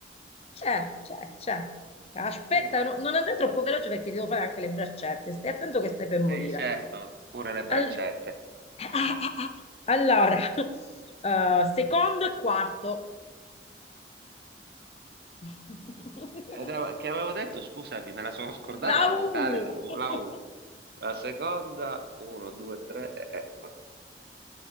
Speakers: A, on the left; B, on the right.
A: c'è, c'è, c'è. Aspetta,
B: una.
A: no- non andare troppo veloce perché devo fare anche le braccette. Stai attento che stai per morire.
B: Sì, certo, pure le braccette.
A: Al- Eh, eh, eh, eh. Allora, <laughs> eh, secondo e quarto. <laughs>
B: Ed ave- che avevo detto, scusami, me la sono scordata
A: La
B: la vocale,
A: U.
B: la, U.
A: <laughs>
B: la U. La seconda, uno, due, tre, e- e-